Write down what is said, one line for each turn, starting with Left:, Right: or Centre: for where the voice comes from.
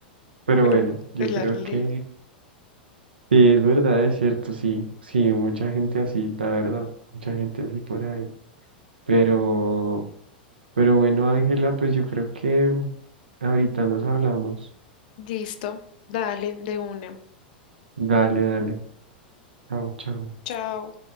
Right: Pero
Left: pero
Right: bueno, yo
Left: es la
Right: creo
Left: realidad.
Right: que sí, es verdad, es cierto, sí. Sí, mucha gente así, la verdad, mucha gente así por ahí. Pero, pero bueno, Ángela, pues yo creo que ahorita nos hablamos.
Left: Listo, dale, de una.
Right: Dale, dale. Chao, chao.
Left: Chao.